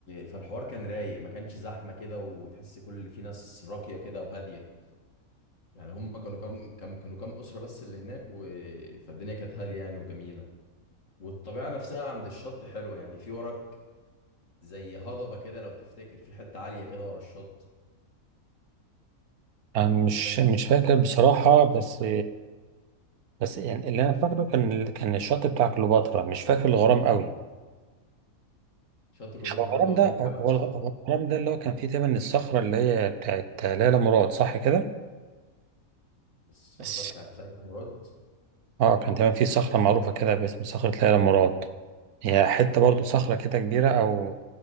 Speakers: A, on the left; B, on the right.
A: فالحوار كان رايق ما كانش زحمه كده وتحس كل اللي فيه ناس راقيه كده وهاديه يعني هم كانوا كام كام كانوا كام اسره بس اللي هناك و... فالدنيا كانت هاديه يعني وجميله والطبيعه نفسها عند الشط حلوه يعني في وراك زي هضبه كده لو تفتكر في حته عاليه كده ورا الشط
B: أنا مش
A: فاكر
B: مش
A: الموضوع
B: فاكر
A: ده؟
B: بصراحة بس بس يعني اللي أنا فاكره كان كان الشط بتاع كليوباترا مش فاكر الغرام قوي
A: شط كليوباترا
B: هو الغرام
A: ده اللي هو
B: ده
A: بين
B: هو
A: جبل صح
B: الغ- هو الغرام ده اللي هو كان فيه تقريبا الصخرة اللي هي بتاعت ليلى مراد صح كده؟
A: الصخره
B: بس
A: بتاعت ليلى مراد
B: اه كان تقريبا فيه صخرة معروفة كده باسم صخرة ليلى مراد هي حتة برضو صخرة كده كبيرة أو